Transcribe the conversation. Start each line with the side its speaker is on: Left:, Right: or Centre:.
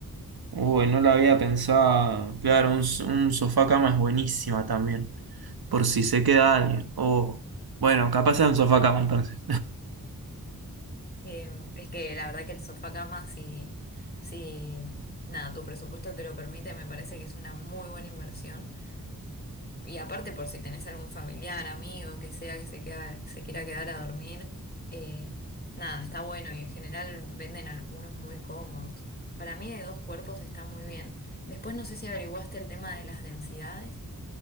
Right: Uy, no lo había pensado. Claro, un, s- un sofá cama es buenísima también. Por si se queda alguien. Oh, bueno, capaz sea un sofá cama entonces.
Left: Eh, es que la verdad que el sofá-cama, si, si nada, tu presupuesto te lo permite, me parece que es una muy buena inversión Y aparte por si tenés algún familiar, amigo, que sea que se queda, se quiera quedar a dormir, eh, nada, está bueno y en general venden algunos muy cómodos. Para mí de dos cuerpos está muy bien. Después no sé si averiguaste el tema de las densidades,